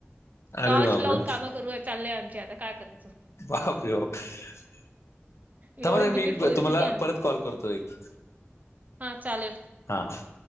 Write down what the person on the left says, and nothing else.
अरे
बापरे
बापरे बाप. !
थांबा ताई
मी
तुम्हाला परत कॉल करतो एक
हा हा.